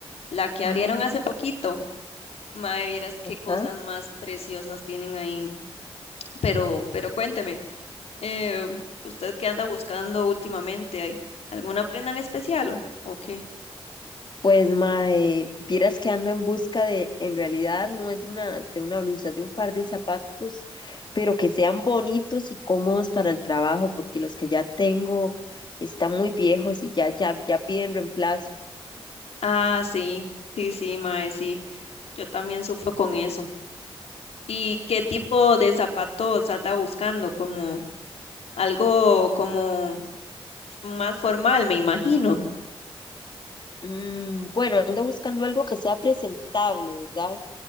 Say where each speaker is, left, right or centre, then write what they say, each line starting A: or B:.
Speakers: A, on the left; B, on the left.
A: la que
B: Ah,
A: abrieron hace poquito. Mae, vieras qué cosas
B: ah.
A: más preciosas tienen ahí. Pero, pero cuénteme, eh, ¿usted qué anda buscando últimamente? ¿Hay ¿Alguna prenda en especial o, o qué?
B: Pues, mae, vieras que ando en busca de, en realidad no es de una, de una blusa, de un par de zapatos, pero que sean bonitos y cómodos para el trabajo, porque los que ya tengo están muy viejos y ya, ya, ya piden reemplazo.
A: Ah, sí, sí, sí, mae, sí. Yo también sufro con eso. ¿Y qué tipo de zapatos anda buscando? Como algo como más formal, me imagino.
B: Mm, bueno, ando buscando algo que sea presentable, ¿verdad?